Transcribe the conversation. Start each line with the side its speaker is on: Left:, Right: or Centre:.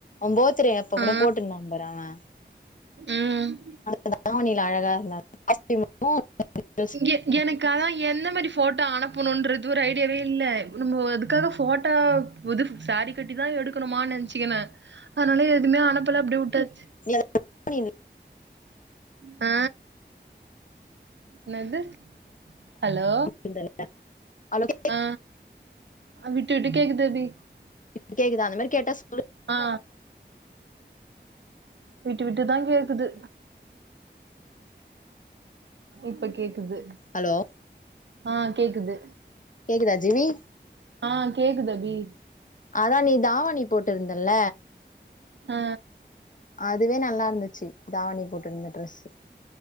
Left: ஒ பர்த் டே அப்ப கூட
Right: ஆ
Left: போட்டு இருந்தா பாரு அவே
Right: ம்.
Left: அந்த தாவணி அழகா இருந்தாரு ஆஸ்திமாவு <inaudible>
Right: எ எனக்கு அதா எந்த மாரி ஃபோட்டோ அனுப்பணுன்றது ஒரு ஐடியாவே இல்ல நம்ம அதுக்காக ஃபோட்டோ புது சாரீ கட்டிதா எடுக்கணுமான்னு நெனைச்சிக்குனு அதுனால எதுமே அனுப்பல அப்டியே வுட்டாச்சு
Left: <inaudible>
Right: அ என்னாது ஹலோ
Left: இந்தல்யா ஹலோ கேக்
Right: ஆ விட்டு விட்டு கேக்குது அபி
Left: இப்ப கேக்குதா அந்தமாரி கேட்டா சொல்லு
Right: ஆ விட்டு விட்டுதா கேக்குது இப்ப கேக்குது
Left: ஹலோ
Right: ஆ கேக்குது
Left: கேக்குதா ஜீவி
Right: ஆ கேக்குது அபி
Left: அதா நீ தாவணி போட்டிருந்தல்ல
Right: ஆ
Left: அதுவே நல்லா இருந்துச்சு தாவணி போட்டு இருந்த ட்ரெஸ்ஸு